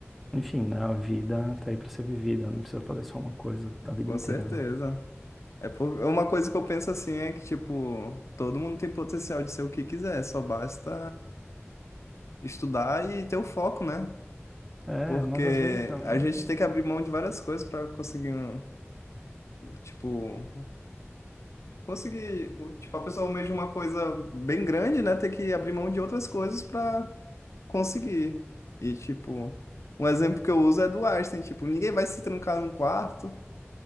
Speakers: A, in the centre; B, on the left (about 80°).
A: Enfim, né? A vida tá aí pra ser vivida, não precisa fazer só uma coisa a vida
B: Com
A: inteira,
B: certeza.
A: né?
B: É por... Uma coisa que eu penso assim é que, tipo, todo mundo tem potencial de ser o que quiser, só basta estudar e ter o foco, né?
A: É,
B: Porque
A: mas às vezes também.
B: a gente tem que abrir mão de várias coisas para conseguir, um- tipo, conseguir, tipo, a pessoa almeja uma coisa bem grande, né? Tem que abrir mão de outras coisas para conseguir. E, tipo, um exemplo que eu uso é do Einstein, tipo, ninguém vai se trancar num quarto,